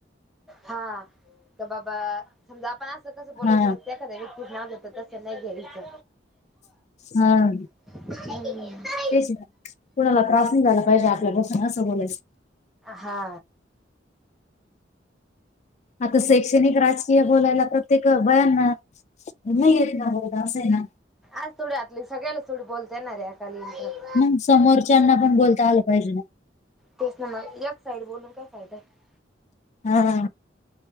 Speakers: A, in the centre; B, on the left.
A: हा, तर बाबा समजा आपण असं कसं बोलायच
B: हा
A: त्या एखाद्या व्यक्तीच नाव घेतो तस नाही घ्यायचं
B: हां
A: हमम्मं
B: तेच ना कुणाला त्रास नाही झाला पाहिजे आपल्यापासून असं बोलायचं.
A: हा.
B: आता शैक्षणिक राज कीय बोलायला प्रत्येक बायांना नाही येत ना बोलता असं आहे ना.
A: आस थोडी आतली सगळ्याच थोडी बोलता येणार आहे <unintelligible>
B: मंग समोरच्यांना पण बोलता आलं पाहिजे ना
A: तेच ना मग एक साईड बोलून काय फायदा आहे.
B: हा हा